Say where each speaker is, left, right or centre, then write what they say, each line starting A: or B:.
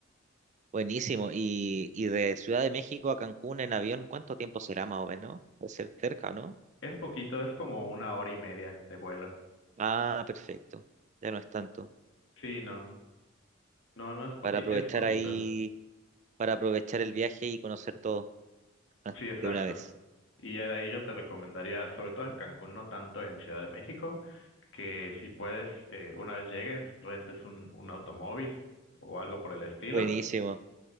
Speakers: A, on the right (about 35°); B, on the left (about 65°).
A: buenísimo. Y, y de Ciudad de México a Cancún en avión, ¿cuánto tiempo será más o menos? Puede ser cerca, ¿no?
B: Es poquito, es como una hora y media de vuelo.
A: Ah, perfecto. Ya no es tanto.
B: Sí, no, no, no es poqui,
A: Para aprovechar
B: es poquito.
A: ahí para aprovechar el viaje y conocer todo <laughs>
B: Sí, exacto.
A: de una vez.
B: Y ya de ahí yo te recomendaría, sobre todo en Cancún, no tanto en Ciudad de México, que si puedes, eh, una vez llegues, rentes un, un automóvil o algo por el estilo,
A: Buenísimo,